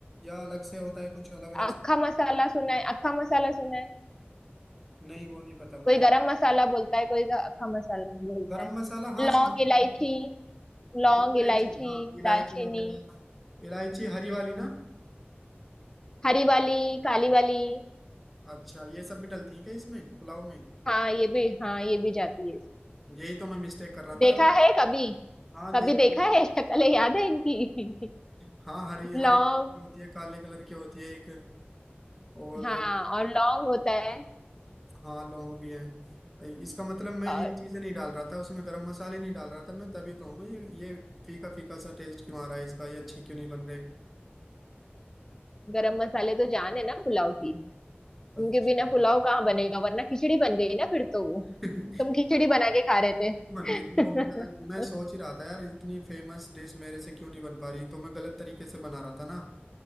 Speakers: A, in the centre; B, on the left (about 15°).
A: या अलग से होता है कुछ अलग अलग
B: अक्खा मसाला सुना है अक्खा मसाला सुना है
A: नहीं वो नहीं पता मुझे
B: कोई गरम मसाला बोलता है कोई ग- अक्खा मसाला बोलता
A: गरम
B: है
A: मसाला हाँ
B: लौंग
A: सुना
B: इलायची
A: तो है।
B: लौंग
A: हरी इलायची
B: इलायची
A: हाँ इलायची
B: दालचीनी
A: वगैरह इलायची हरी वाली ना
B: हरी वाली काली वाली
A: अच्छा ये सब भी डलती है क्या इसमें पुलाव में
B: हाँ ये भी हाँ ये भी जाती है इसमें
A: यही तो मैं मिस्टेक कर रहा
B: देखा
A: था और
B: है कभी
A: हाँ
B: कभी
A: देख
B: देखा
A: लिया।
B: है शक्ल याद है इनकी
A: हाँ हरी
B: <laughs>
A: हरे
B: लौंग
A: होती है काले कलर की होती है एक और
B: हाँ और लौंग होता है
A: हाँ लौंग भी है इसका मतलब मैं
B: और
A: ये चीजें नहीं डाल रहा था उसमें गरम मसाले नहीं डाल रहा था मैं तभी कहूँगा ये ये फीका फीका सा टेस्ट क्यों आ रहा है इसका ये अच्छे क्यों नहीं बन रहे
B: गरम मसाले तो जान है ना पुलाव की
A: अच्छा
B: उनके बिना पुलाव कहाँ बनेगा वरना खिचड़ी बन गई ना फिर तो वो
A: <laughs>
B: तुम खिचड़ी बना के खा रहे थे
A: बन रही थी और मुझे
B: <laughs>
A: लग- मैं सोच ही रहा था यार इतनी फेमस डिश मेरे से क्यों नहीं बन पा रही तो मैं गलत तरीके से बना रहा था ना